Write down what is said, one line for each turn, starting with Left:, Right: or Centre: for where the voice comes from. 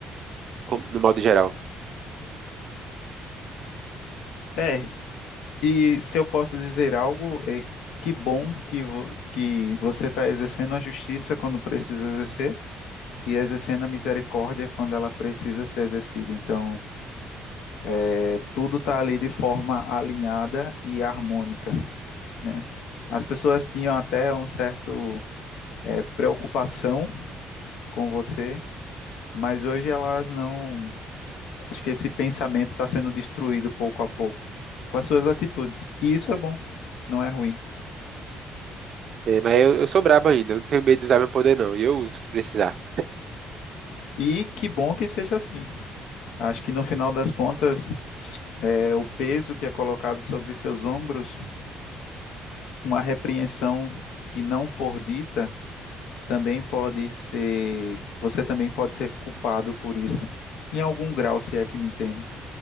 Right: com- no modo geral.
Left: É, e se eu posso dizer algo, é que bom que, vo- que você está exercendo a justiça quando precisa exercer e exercendo a misericórdia quando ela precisa ser exercida. Então, é, tudo está ali de forma alinhada e harmônica, né? As pessoas tinham até um certo, é, preocupação com você, mas hoje elas não Acho que esse pensamento está sendo destruído pouco a pouco com as suas atitudes. E isso é bom, não é ruim.
Right: É, mas eu, eu sou brabo ainda, eu não tenho medo de usar meu poder, não. E eu uso se precisar.
Left: E que bom que seja assim. Acho que no final das contas, é o peso que é colocado sobre seus ombros, uma repreensão que não for dita, também pode ser, você também pode ser culpado por isso, em algum grau, se é que me entende.